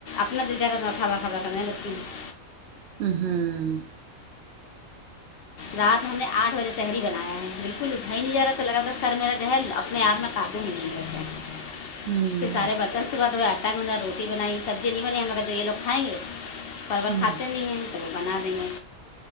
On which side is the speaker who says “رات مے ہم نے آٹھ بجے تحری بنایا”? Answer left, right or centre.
Left